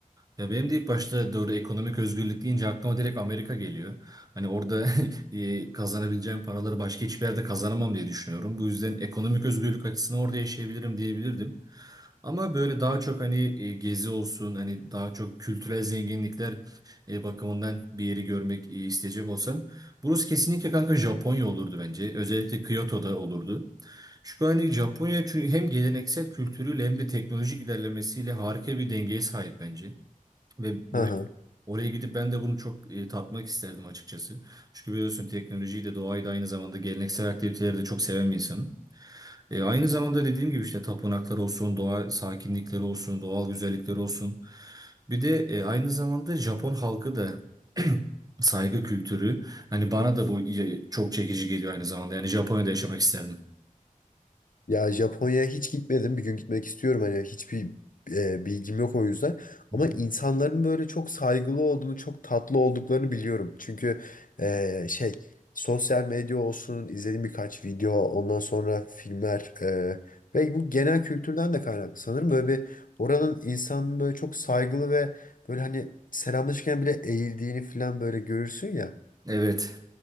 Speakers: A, on the right (about 25°); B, on the left (about 70°).
A: Ya benim de ilk başta doğru ekonomik özgürlük deyince aklıma direkt Amerika geliyor. Hani orada <laughs> e, kazanabileceğim paraları başka hiçbir yerde kazanamam diye düşünüyorum. Bu yüzden ekonomik özgürlük açısından orada yaşayabilirim diyebilirdim. Ama böyle daha çok hani e, gezi olsun, hani daha çok kültürel zenginlikler e, bakımından bir yeri görmek e, isteyecek olsam burası kesinlikle kanka Japonya olurdu bence. Özellikle Kyoto'da olurdu. Çünkü hani Japonya çünkü hem geleneksel kültürüyle hem de teknolojik ilerlemesiyle harika bir dengeye sahip bence. Ve buraya,
B: Hı hı.
A: oraya gidip ben de bunu çok e, tatmak isterdim açıkçası. Çünkü biliyorsun teknolojiyi de doğayı da aynı zamanda geleneksel aktiviteleri de çok seven bir insanım. E, aynı zamanda dediğim gibi işte tapınaklar olsun, doğa sakinlikleri olsun, doğal güzellikleri olsun. Bir de e, aynı zamanda Japon halkı da <clears throat> saygı kültürü. Hani bana da bu e, çok çekici geliyor aynı zamanda. Yani Japonya'da yaşamak isterdim.
B: Ya Japonya'ya hiç gitmedim. Bir gün gitmek istiyorum. Hani hiçbir e, bilgim yok o yüzden.
A: Hı
B: Ama
A: hı.
B: insanların böyle çok saygılı olduğunu, çok tatlı olduklarını biliyorum. Çünkü e, şey sosyal medya olsun, izlediğim birkaç video, ondan sonra filmler e, ve bu genel kültürden de kaynaklı sanırım. Böyle bir oranın insanın böyle çok saygılı ve böyle hani selamlaşırken bile eğildiğini falan böyle görürsün ya.
A: Evet.